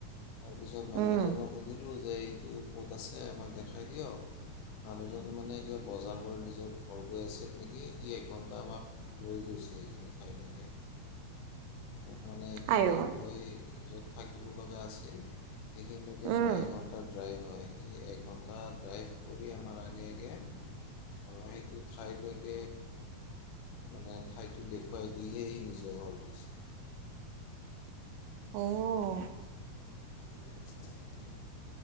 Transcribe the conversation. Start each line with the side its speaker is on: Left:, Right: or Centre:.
Left: তাৰপিছত মানুহ
Right: উম
Left: এজনক সুধিলো, যে এইটো ক'ত আছে আমাক দেখাই দিয়ক, মানুহজন মানে কিবা বজাৰ কৰি নিজৰ ঘৰ গৈ আছিল নেকি, ই', একঘণ্টা আমাক লৈ গৈছে এইখিনি ঠাইলৈকে। মানে এইখিনি
Right: আই ঐ
Left: গৈ, য'ত থাকিব লগা আছিল, এইখিনলৈকে
Right: উম
Left: প্ৰায় এঘণ্টাৰ ড্ৰাইভ, তই কি একঘন্টা ড্ৰাইভ কৰ, সি আমাৰ আগে -আগে, অ', এইটো ঠাইলৈক, মানে ঠাইটো দেখুৱাই, দিহেহি নিজৰ ঘৰত গৈছে।
Right: অৱ ',
Left: <unintelligible>